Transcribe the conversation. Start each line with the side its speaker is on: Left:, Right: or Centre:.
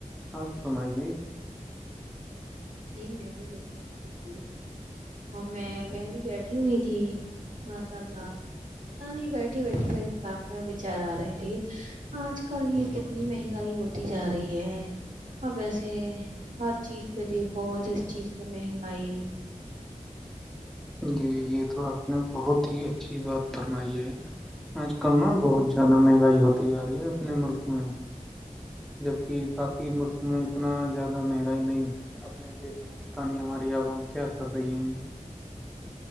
Centre: آپ فمائیے
Right: جی میں بھی بالک ت میں میں بھی بیٹھی ہوئی تھی مشاء ال پت نہیں بیٹھی بیٹھی میرے دماغ میں بچار آ رہے تھی آج کل یہ کتنی مہنگائی ہوتی جا رہی ہے اور ویسے ہر چیز پہ دیکھ وہ جس چیز پ مہنگائی
Centre: جی یہ تو آپ بہت ہی اچھی بات فرمائی ہے آج کل نا بہت زیادہ مہنگائی ہوتی آ رہی ہے اپنے ملک میں جبک باقی ملک میں اتنا زیادہ مہنگائی نہیں ہے اپنے دھ میںتانی ہماری عوام کیا کر رہی ہیں